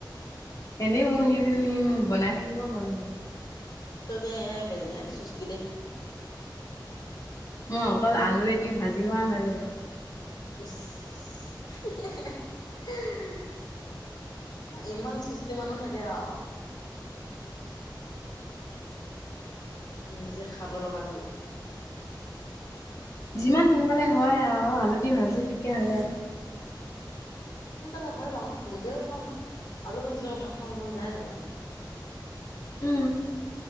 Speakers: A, on the left; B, on the left.
A: এনেই মোৰ সেইখিনি বনাই থাকিব মন নাযায়।
B: তই যে বেলক চুস্তি দেই।
A: মই অকল আলু এটি ভাজি আ হৈ যাব।
B: ঈশ। ইমান সুস্তি মানুহ থাকে আওঁ। নিজে খাব লগাটো।
A: যিমান সোনকালে হয় আৰু আলুতি ভাজিলে তিপকে হৈ যায় যে।
B: সোনকালে হয় বাৰু, যেতিয়াও জানো আলু ভাজি লগত ভাত খাব মন যায় জানো।
A: উম